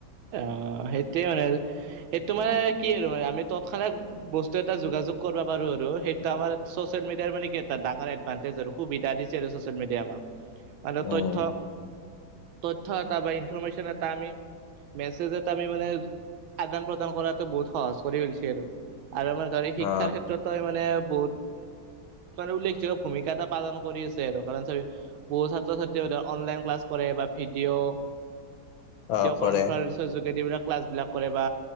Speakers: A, on the right; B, on the left.
A: অ, সেইটোয়ে মানে সেইটো মানে কি আৰু মানে আমি তৎক্ষনাত বস্তু এটা যোগাযো যোগ কৰবা পাৰো আৰু সেইটো আমাৰ চচিয়েল মিডিয়াৰ মানে কি এটা ডাঙৰ এডভান্তেজ আৰু সুবিধা দিছে আৰু চচিয়েল মিডিয়াই আমাক। <unintelligible>
B: উম
A: তথ্য- তথ্য এটা বা ইনফৰমেচন এটা আমি মেছেজত আমি মানে আদান প্ৰদান কৰাতো বহুত সহজ কৰি ফেলছি আৰু। আৰু মানে ধৰ শিক্ষাৰ
B: অ
A: ক্ষেত্ৰতটো আমি মানে বহুত
B: <inaudible>
A: ত' আৰু উল্লেখযোগ্য ভূমিকা এটা পালন কৰি আছে আৰু কাৰণ চাবি বহুত ছাত্ৰ-ছাত্ৰীয়ে সিহঁতে অনলাইন ক্লাছ কৰে বা ভিডিঅ'
B: অ',
A: কনফাৰচৰ
B: কৰে
A: যোগেদি এইবিলাক ক্লাছ বিলাক কৰে বা